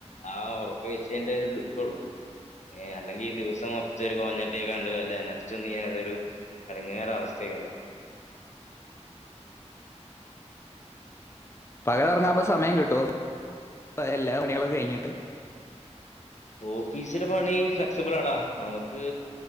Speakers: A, on the left; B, on the left.
A: ആഹ് ഒറക്കൊഴിച്ചയിന്റത് കിട്ടു ഒള്ളൂ ഏഹ് അല്ലെങ്കീ ദിവസം മൊത്തൊരു കോഞ്ഞാട്ടേയികാണ്ട് നല്ല എനർജിയൊന്നും യാതൊരു എടങ്ങേറവസ്ഥേക്കാരം
B: പകലൊറങ്ങാ അപ്പ സമയം കിട്ടുവോ ഇപ്പ എല്ലാ പണികളൊക്ക കഴിഞ്ഞീട്ട്
A: ഓഫീസില് പണി ഫ്ലെക്സിബിളാടാ നമക്ക്